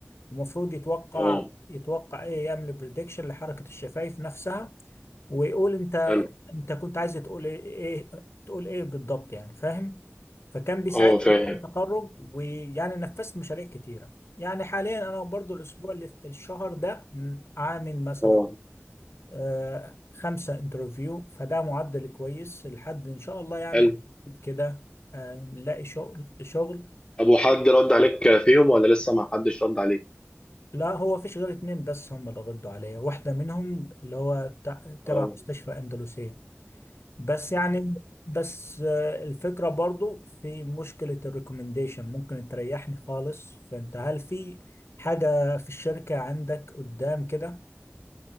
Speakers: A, on the left; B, on the left.
A: ومفروض يتوقع
B: اه
A: يتوقع ايه يعمل بريدكشن لحركة الشفايف نفسها ويقول انت
B: حلو
A: انت كنت عايز تقول ايه إيه- تقول ايه بالضبط يعني فاهم فكان بيساعدني
B: اه فاهم
A: في مشروع التخرج ويعني نفذت مشاريع كتيرة يعني حاليا انا برضو الاسبوع اللي الشهر ده م، عامل مثلا
B: اه
A: آه، خمسة انترفيو فده معدل كويس لحد ان شاء الله يعني
B: حلو
A: قريب كده آه، نلاقي شغل شغل
B: طب وحد رد عليك فيهم ولا لسه ما حدش رد عليك؟
A: لا هو فيش غير اتنين بس هم اللي ردوا عليا واحدة منهم اللي هو تع- تبع
B: اه
A: مستشفى أندلسية بس يعني بس آه، الفكرة برضو في مشكلة الريكومنديشن ممكن تريحني خالص فانت هل في حاجة في الشركة عندك قدام كده